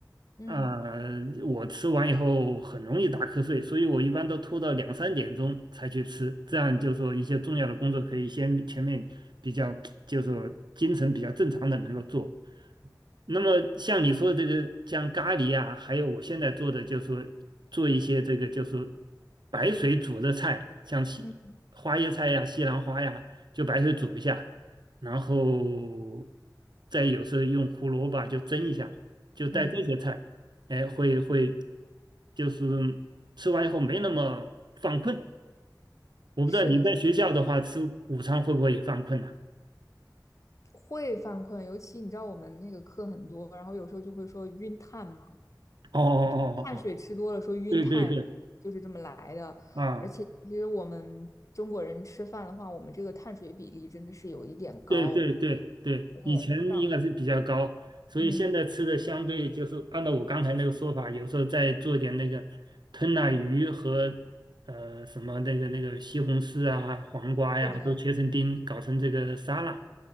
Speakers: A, on the left; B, on the right.
A: 嗯
B: 呃，我吃完以后很容易打瞌睡，所以我一般都拖到两三点钟才去吃，这样就说一些重要的工作可以先前面比较，就说精神比较正常的能够做。那么像你说的这个，像咖喱啊，还有我现在做的就是说做一些这个就是白水煮的菜，像西花椰菜呀、
A: 嗯
B: 西兰花呀，就白水煮一下，然后再有时候用胡萝卜就蒸一下，就带这些菜，
A: 嗯，
B: 哎，会会就是吃完以后没那么犯困。我不知道你在学校的话吃午餐会不会也犯困呢、
A: 是的，会犯困，尤其你知道我们那个课很多，然后有时候就会说晕碳嘛，
B: 哦哦哦哦哦，
A: 就是碳水吃多了说晕碳，
B: 对对对，
A: 就是这么来的。
B: 啊
A: 而且其实我们中国人吃饭的话，我们这个碳水比例真的是有一点高。
B: 对对对对，
A: 对，
B: 以前应该是比较高，
A: 让
B: 所以现在吃的相对就是按照我刚才那个说法，
A: 嗯，
B: 有时候再做点那个吞拿鱼和呃什么那个那个西红柿啊、黄瓜呀、
A: 是的，
B: 都切成丁，搞成这个沙拉，